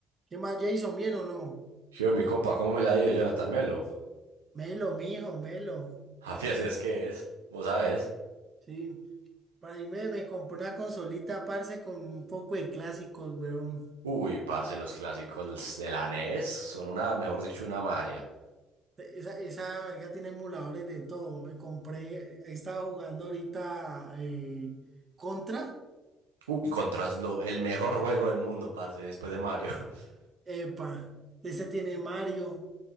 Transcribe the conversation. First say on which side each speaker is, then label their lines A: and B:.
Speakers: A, on the right; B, on the right.
A: ¿Qué más, Jason? ¿Bien o no?
B: Yo mi compa, ¿cómo me la dio Jonathan Melo? <laughs>
A: Melo, mijo, Melo.
B: Javi,
A: Por ahí,
B: así es que es, vos sabés.
A: sí. Por ahí me, me compré una consolita, parce, con un poco de clásicos, weón.
B: Uy, parce, los clásicos de la NES son una, mejor dicho, una magia.
A: Esa, esa verga tiene emuladores de todo. Me compré, estaba jugando ahorita eh, Contra.
B: Uy, contra lo- el mejor juego del mundo, parce, después de Mario. <laughs>
A: Epa, ese tiene Mario.